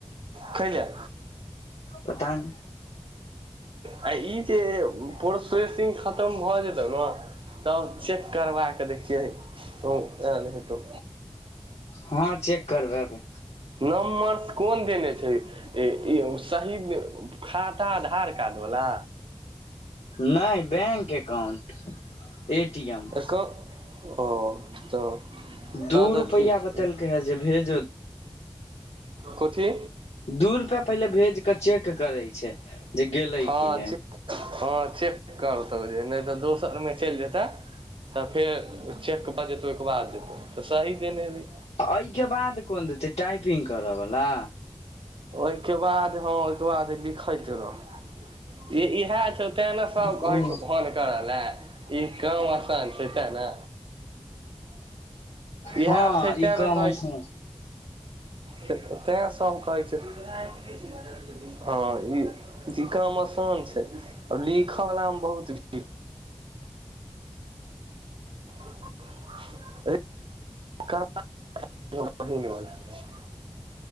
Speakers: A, on the right; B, on the left.
A: <inaudible> कैला
B: पता नहि
A: आ ई जे प्रोसेसिंग खतम भऽ जेतय न तब चेक करबाए कऽ देखियै हऽ ओ एयल हेतौ
B: हँ चेक करबेबै
A: नम्बर्स कोन देने छै ई ई सही खाता आधार कार्ड वाला
B: नहि bank account A T M
A: कब ओ तऽ
B: दू
A: तब तऽ
B: रुपया
A: ठीक छै
B: बतेलकै हे जे भेज
A: कथी
B: दू रुपैआ पहिले भेज कऽ चेक करै छै जे गेलै
A: हँ
B: कि नहि
A: हँ ठिक करतौ जे नहि तऽ दोसरमे चलि जेता तब फेर चेक भ जेतौ ओहिके बाद जेतौ तऽ सही देने हेभी
B: एहिके बाद कोन देतै टाइपिंग करऽवला
A: ओहिके बाद हँ ओहिके बाद लिखैत रह इ इहै तैं ने सब
B: ओ
A: कहै छौ फोन करऽ ल‌ए ई काम आसान छै तै ने
B: हँ
A: इहै छै
B: ई
A: तै
B: काम
A: ने कहै
B: आसान
A: छै तऽ तै सभ कहै छै हँ ई ई काम आसान छै आ लिखऽ वला मे बहुत भीड़ <unintelligible>